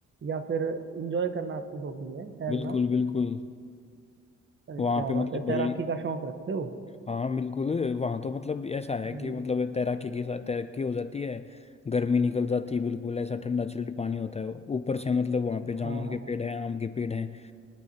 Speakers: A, on the right; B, on the left.
A: या फिर एंजॉय करना आपकी हॉबी है तैरना
B: बिल्कुल बिल्कुल
A: अरे
B: वहाँ
A: क्या
B: पे मतलब
A: बात है
B: भाई
A: तैराकी का शौक रखते हो
B: हाँ बिल्कुल वहाँ तो मतलब ऐसा है
A: हम्म,
B: कि मतलब तैराकी के साथ तैराकी हो जाती है गर्मी निकल जाती है बिल्कुल ऐसा ठंडा चिल्ड पानी होता है ऊपर से मतलब वहाँ पे जामुन
A: हाँ हाँ
B: के
A: हाँ
B: पेड़ हैं आम के पेड़ हैं